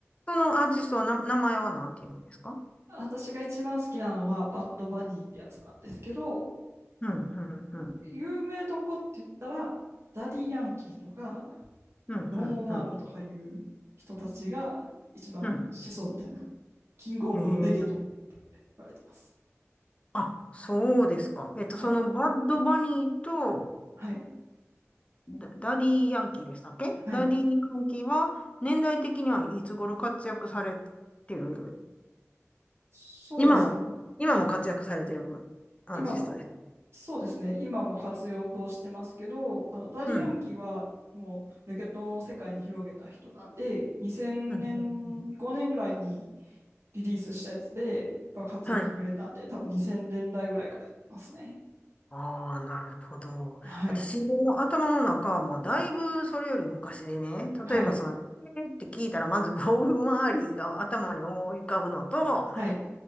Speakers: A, on the left (about 25°); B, on the right (about 60°).
A: そのアーティストはな、名前は何て言うんですか
B: 私が一番好きなのは、バッド・バニーってやつなんですけど、
A: うん、うん、うん。
B: 有名どこって言ったら、ダディ・ヤンキーとか、
A: うん、
B: ロン・
A: うん、
B: オマールとかいう人たちが一番始祖みたいな、
A: うん。うん
B: キング・オブ・
A: へえ。
B: レゲトン言われてます。
A: あ、そうですか。えっと、
B: はい。
A: そのバッドバニーと
B: はい。
A: ダ、ダディ・ヤンキーでしたっけダディ・
B: はい。
A: ヤンキーは年代的にはいつ頃活躍されてる
B: そうですね。
A: 今も、今も活躍されてるアーティストです。
B: 今も、そうですね。今も活用してますけど、あの、ダリ・
A: うん。
B: ヤンキーはもうレゲトンを世界に広げた人なんで、2000年、
A: うん、うんうん
B: 5年ぐらいにリリースしたやつで、やっぱ活躍に売れたんで、
A: はい。
B: 多分2000年代ぐらいからやってますね。
A: ああ、なるほど。
B: はい。
A: 私の頭の中はもうだいぶそれより昔でね、
B: はい。
A: 例えばその、えーって聞いたらまず <laughs> ボブ・マーリーが頭に思い浮かぶのと、
B: はい。